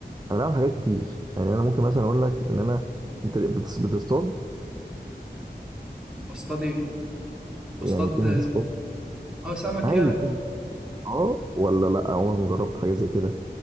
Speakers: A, on the right; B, in the centre.
A: انا بعمل حاجات كتير يعني انا ممكن مثلا اقول لك ان انا انت بتص- بتصطاد
B: بصطاد ايه بصطاد
A: يعني بتنزل تصطاد
B: اه سمك
A: عادي
B: يعني
A: بتنزل اه ولا لا عمرك ما جربت حاجه زي كده